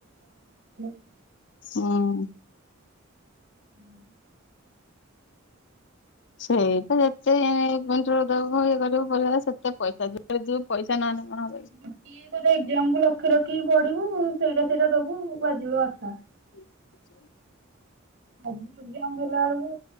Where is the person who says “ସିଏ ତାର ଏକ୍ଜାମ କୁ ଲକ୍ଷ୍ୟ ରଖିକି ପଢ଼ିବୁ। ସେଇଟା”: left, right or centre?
Right